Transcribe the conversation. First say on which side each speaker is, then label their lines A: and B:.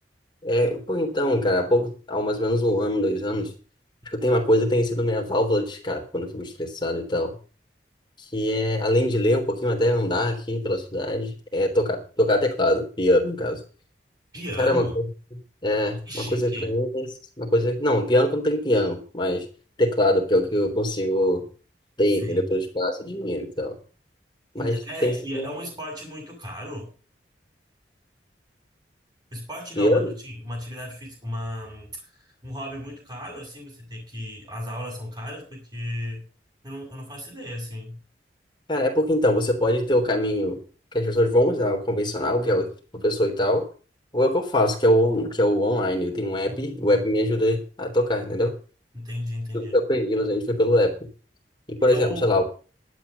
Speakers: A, on the left; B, on the right.
A: É, pô, então, cara, há pouco, há mais ou menos um ano, dois anos, acho que eu tenho uma coisa que tem sido minha válvula de escape quando eu fico estressado e tal. que é, além de ler um pouquinho, até andar aqui pela cidade, é tocar, tocar teclado, piano, no caso.
B: Piano?
A: Cara, é uma coisa, é,
B: Que chique.
A: uma coisa pra mim, tem- uma coisa, não, piano que não tem piano, mas teclado, que é o que eu consigo ter,
B: Sim.
A: entendeu? Pelo espaço, dinheiro e tal. Mas
B: Ent- É,
A: tem sido
B: e é
A: mesmo
B: um esporte muito caro. Esporte não,
A: piano?
B: mas assim, uma atividade física, uma, um hobby muito caro, assim, você tem que. As aulas são caras, porque eu não, eu não faço ideia, assim.
A: Cara, é porque então, você pode ter o caminho que as pessoas vão usar, o convencional, que é o professor e tal, ou é o que eu faço, que é o, on- que é o online. Eu tenho um app,
B: Hum,
A: o app me ajuda a tocar, entendeu?
B: entendi, entendi.
A: Tudo que eu aprendi, a gente foi pelo app. E, por
B: Eu.
A: exemplo, sei lá,